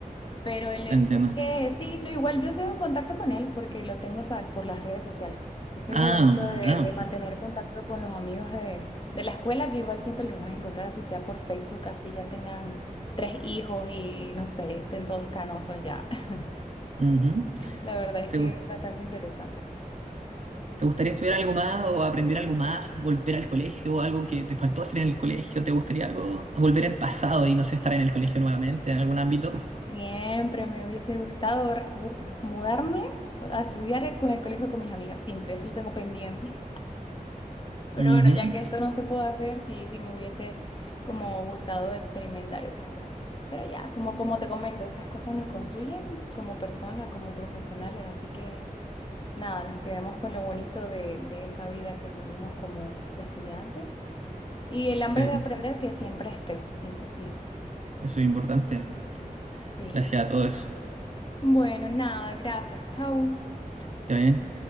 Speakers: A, on the left; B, on the right.
A: pero el hecho
B: te entiendo.
A: es que sí, no, igual yo sigo en contacto con él porque lo tengo, ¿sabes? Por las redes sociales. Eso
B: Ah,
A: es lo bonito de,
B: ah.
A: de mantener contacto con los amigos de, de la escuela, que igual siempre los vas a encontrar, así sea por Facebook, así ya tengan tres hijos y no sé, estén todos canosos ya. <laughs>
B: ujú.
A: La verdad es
B: ¿Te
A: que
B: gusta?
A: es bastante interesante.
B: ¿Te gustaría estudiar algo más o aprender algo más? ¿Volver al colegio? ¿Algo que te faltó hacer en el colegio? ¿Te gustaría algo? ¿Volver al pasado y no sé, estar en el colegio nuevamente en algún ámbito?
A: Siempre me hubiese gustado re- bu- mudarme a estudiar con el colegio con mis amigas, siempre, eso lo tengo pendiente. Pero
B: Ujú,
A: bueno, ya que esto no se pudo hacer, sí, sí me hubiese como gustado experimentar esas cosas. Pero ya, como, como te comento, esas cosas nos construyen como personas, como profesionales, así que nada, nos quedemos con lo bonito de, de esa vida que tuvimos como de estudiante y el hambre
B: Sí,
A: de aprender que siempre esté, eso sí.
B: eso es importante.
A: Sí.
B: Gracias a todo eso.
A: Bueno, nada, gracias, chau.
B: ¿Está bien?